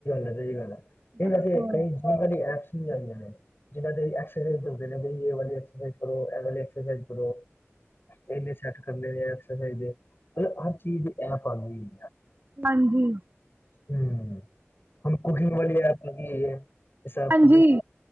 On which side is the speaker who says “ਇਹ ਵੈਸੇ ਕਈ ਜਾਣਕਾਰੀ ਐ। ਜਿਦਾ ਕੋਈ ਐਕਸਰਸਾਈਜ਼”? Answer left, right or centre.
Left